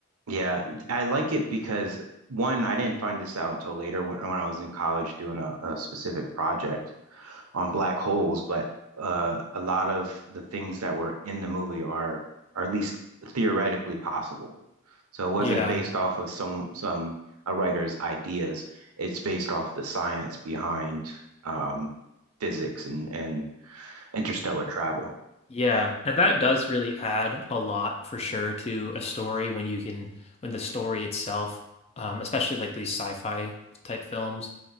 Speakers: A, on the right; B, on the left.
A: Yeah, I like it because one, I didn't find this out until later when, when I was in college doing a, a specific project on black holes, but uh, a lot of the things that were in the movie are, are at least theoretically possible. So it wasn't
B: Yeah.
A: based off of some some a writer's ideas. It's based off the science behind um, physics and and interstellar travel.
B: Yeah. And that does really add a lot for sure to a story when you can, when the story itself, um, especially like these sci-fi type films,